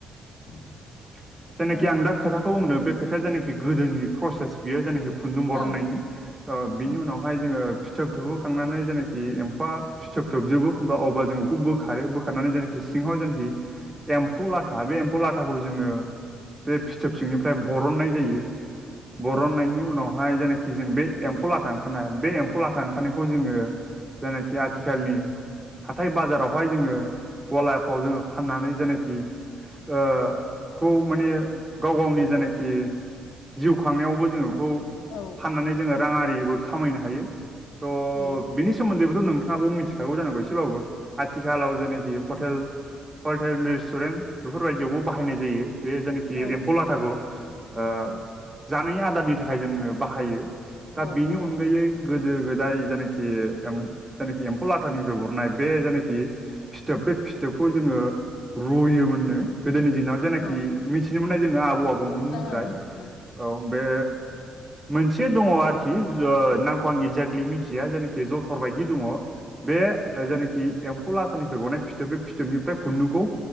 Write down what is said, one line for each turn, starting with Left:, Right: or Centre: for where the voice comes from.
Left: <inaudible>
Right: <inaudible> जेनाखि
Left: औ
Right: आं दा खोथाखौ बुंदों बे खोथाया जेनाखि गोदोनि प्रसेस बियो जेनाखि खुन्दुं बरननायनि।
Left: ओं
Right: ओ बिनि
Left: उम
Right: उनावहाय जोङो फिथोब थोबहोखांनानै जेनाखि एम्फौआ फिथोब थोबजोबो होमबा अब्ला जों बेखौ बोखारो बोखारनानै जेनाखि सिङाव जेनाखि एम्फौ लाथा बे एम्फौ लाथ थाखौ जोङो बे फिथोब सिंनिफ्राय बरननाय जायो बरननायनि
Left: औ
Right: उनाव हाय जायनाखि जे बे एम्फौ लाथा ओंखारनाय बे एम्फौ लाथा ओंखारनायखौ जोङो जायनाखि आथिखालनि हाथाय बाजारावहाय जोङो गलाफ्राव जोङो फाननानै जेनाखि ओ खौ माने गाव-गावनि जेनाखि जिउ खांनायावबो जोङो बेखौ
Left: औ
Right: फाननानै जोङो राङारिबो खामायनो हायो स'
Left: हायो
Right: बिनि सोमोन्दैबोथ' नोंथाङाबो मिथिखागौ जानांगौ एसेबाबो आथिखालाव जेखि हटेल हलटेल रेस्टुरेन्ट बेफोरबायदियावबो बाहायनाय जायो बे जानाखि
Left: औ
Right: एम्फौ लाथाखौ ओ
Left: औ
Right: जानाय आदारनि थाखाय जोङो बाहायो दा
Left: औ
Right: बेनि
Left: बाहायो
Right: अनगायै गोदो गोदाय जेनिखि एम जेनोखि एम्फौ लाथानिफ्राय बरननाय बे जेनोखि फिथोब बे फिथोबखौ जोङो रुयोमोननो। गोदोनि दिनाव जेनाखि
Left: ओं
Right: मिथिनो मोननाय जोङो आबौ -आबौमोननिफ्राय
Left: ओं ओं ओं
Right: औ बे मोनसे दङ आरोखि ओ नामखौ आं एक्जेक्टलि मिथिया जेनाखि जथर बायदि दङ। बे जायनाखि एम्फौ लाथानिफ्राय गनाय फिथोब बे फिथोबनिफ्राय खुन्दुंखौ